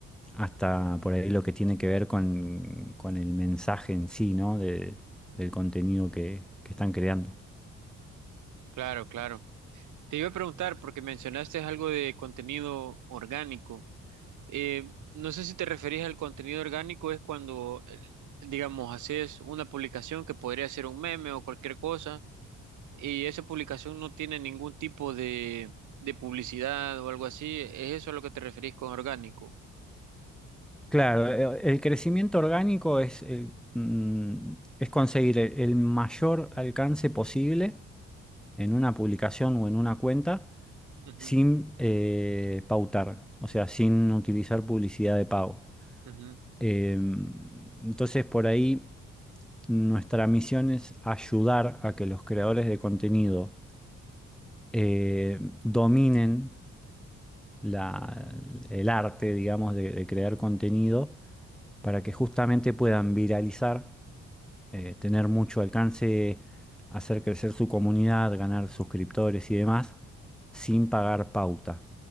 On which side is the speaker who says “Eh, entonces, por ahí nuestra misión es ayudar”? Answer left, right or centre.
Centre